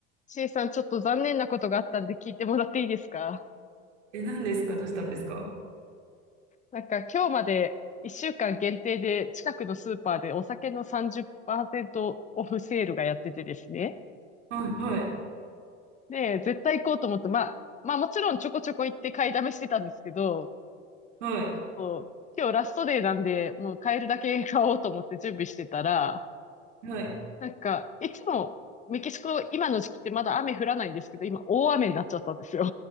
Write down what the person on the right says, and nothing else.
え、何ですかどうしたんですか
はい、はい、
はい、
はい。